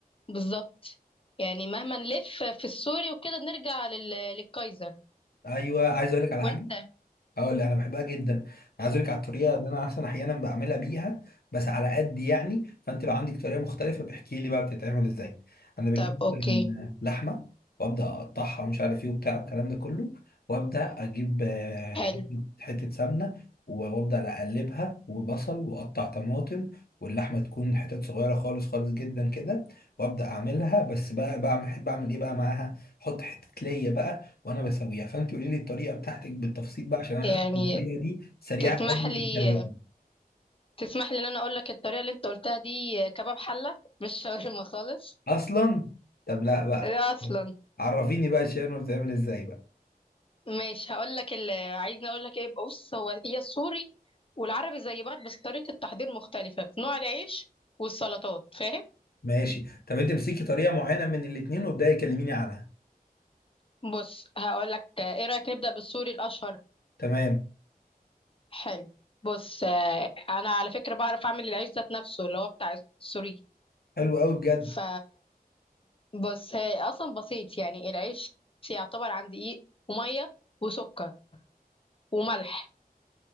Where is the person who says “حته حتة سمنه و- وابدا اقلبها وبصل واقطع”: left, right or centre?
Left